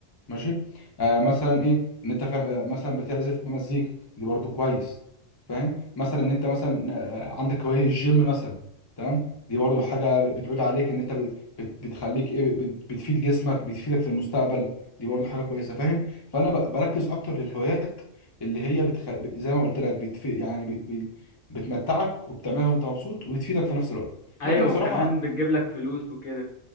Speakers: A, on the left (about 25°); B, on the left (about 50°).
A: ماشي آه مثلا ايه ان انت فا... آه، مثلا بتعزف مزيكا دي برضو كويس فاهم مثلا ان انت مثلا آه، عندك هوايه الجيم مثلا تمام دي برضو حاجه بتعود عليك ان انت بت... بت- بتخليك ايه بت... بتفيد جسمك بتفيدك في المستقبل دي برضو حاجه كويسه فاهم فانا ب... بركز اكتر للهوايات اللي هي بتخ... ب- زي ما قلت لك بتف... يعني ب... ب... بتمتعك وبتعملها وانت مبسوط وبتفيدك في نفس الوقت
B: ايوه
A: لكن بصراحه
B: وكمان بتجيب لك فلوس وكده